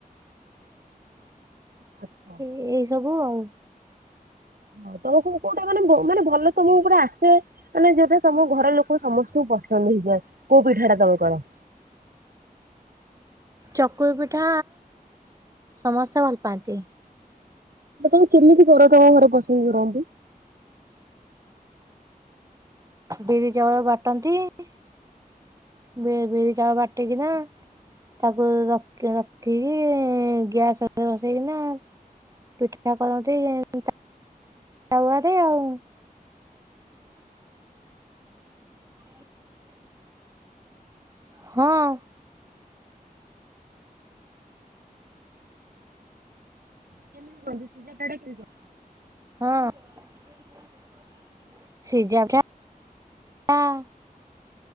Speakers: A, on the right; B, on the right.
A: ଆଚ୍ଛା।
B: ଏଇ ସବୁ ଆଉ।
A: ହ ତମକୁ କୋଉଟା ମାନେ ମାନେ ଭଲ ତମକୁ କୋଉଟା ଆସେ। ମାନେ ଯୋଉଟା ତମ ଘର ଲୋକ ସମସ୍ତଙ୍କୁ ପସନ୍ଦ ହେଇଯାଏ କୋଉ ପିଠା ଟା ତମେ କର।
B: ଚକୁଳି ପିଠା ସମସ୍ତେ ଭଲ ପାଆନ୍ତି।
A: ତମେ କେମିତି କର ତମ ଘରେ ପସନ୍ଦି କରନ୍ତି।
B: ବିରି ଚାଉଳ ବାଟନ୍ତି ବି ବିରି ଚାଉଳ ବାଟିକିନା। ତାକୁ ରଖିକି ଗ୍ୟାସରେ ବସେଇକିନା। ପିଠା କରନ୍ତି ତାୱାରେ ଆଉ। ହ ହଁ
A: <inaudible>
B: ହଁ। ସେଇ <inaudible>